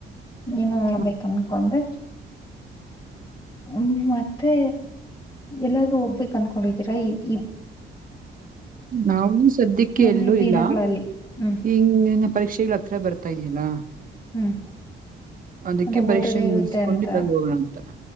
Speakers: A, on the left; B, on the right.
A: ನೀಏನು ಹೇಳ್ಬೇಕ
B: ಹ,
A: ಅನ್ಕೊಂಡ್ರೆ ಹ್ಮ್ ಮತ್ತೆ ಎಲ್ಲಾದ್ರೂ ಹೋಗ್ಬೇಕು ಅನ್ಕೊಂಡಿದ್ದೀರಾ ಈ
B: ನಾವು ಸದ್ಯಕ್ಕೆ
A: ಮುಂದಿನ
B: ಎಲ್ಲೂ
A: ದಿನಗಳಲ್ಲಿ
B: ಇಲ್ಲ
A: ಹ್ಮ್
B: ಈನ್ನ ಪರೀಕ್ಷೆಗಳ ಹತ್ರ ಬರ್ತಾ ಇದೀನಿ ಲ್ಲ
A: ಹ್ಮ್
B: ಅದಕ್ಕೆ
A: ಅಂದ್ರೆ
B: ಪರೀಕ್ಷೆ
A: ಓದೋದೇ ಇರುತ್ತೆ
B: ಮುಗಿಸಕೊಂಡು
A: ಅಂತ
B: ಇಲ್ಲಲ್ಲಿ ಹೋಗಣ ಅಂತರ